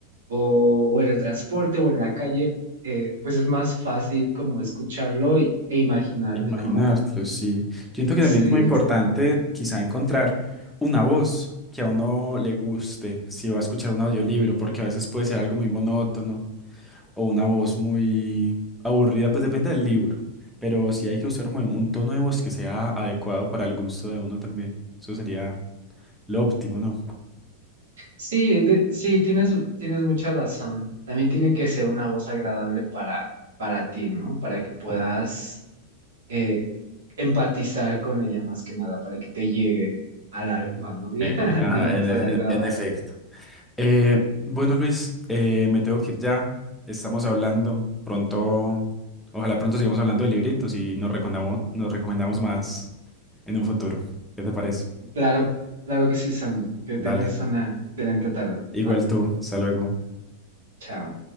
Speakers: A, on the right (about 60°); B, in the centre.
A: o, o en el transporte o en la calle, eh, pues es más fácil como escucharlo y- e imaginarte
B: Imaginártelo,
A: como,
B: sí. Yo siento que
A: sí,
B: también es muy importante quizá encontrar una voz que a uno le guste, si va a escuchar un audiolibro, porque a veces puede ser algo muy monótono o una voz muy aburrida, pues depende del libro. Pero sí hay que usar como un tono de voz que sea adecuado para el gusto de uno también. Eso sería lo óptimo, ¿no?
A: Sí, de- sí, tienes, tienes mucha razón. También tiene que ser una voz agradable para, para ti, ¿no? Para que puedas
B: Sí.
A: eh, empatizar con ella más que nada, para que te llegue al alma, ¿no? <laughs> Diga-
B: Eh, eh, ajá,
A: Digamos
B: en,
A: de
B: e-
A: alguna
B: en
A: manera.
B: efecto. Eh, bueno, Luis, eh, me tengo que ir ya. Estamos hablando pronto. Ojalá pronto sigamos hablando de libritos y nos recomendamos, nos recomendamos más en un futuro. ¿Qué te parece?
A: Claro, claro que sí, Samu. Que
B: Dale.
A: tengas una excelente tarde.
B: Igual
A: Va,
B: tú. Hasta luego.
A: chao.